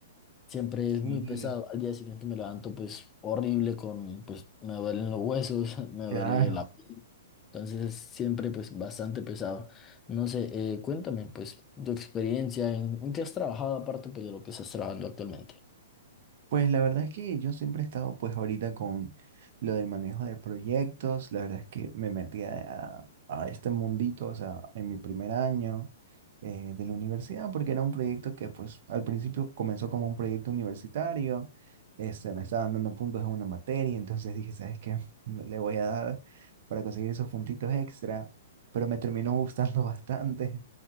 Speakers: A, on the left; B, on the right.
A: siempre
B: Sí,
A: es muy pesado. Al día siguiente me levanto pues horrible con, pues me duelen los huesos, <laughs> me duele
B: claro.
A: la piel. Entonces es siempre pues bastante pesado. No sé, eh, cuéntame pues tu experiencia, en, en qué has trabajado aparte pues de lo que estás trabajando actualmente.
B: Pues la verdad es que yo siempre he estado pues ahorita con lo del manejo de proyectos, la verdad es que me metí a, a este mundito, o sea, en mi primer año eh, de la universidad, porque era un proyecto que pues al principio comenzó como un proyecto universitario, este, me estaban dando puntos en una materia, entonces dije, ¿sabes qué? <laughs> Le voy a dar para conseguir esos puntitos extra, pero me terminó gustando <laughs> bastante,